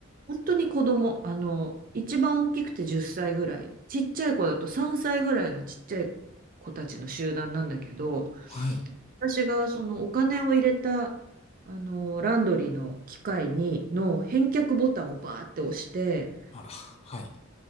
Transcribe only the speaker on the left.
はい。
あら、はい。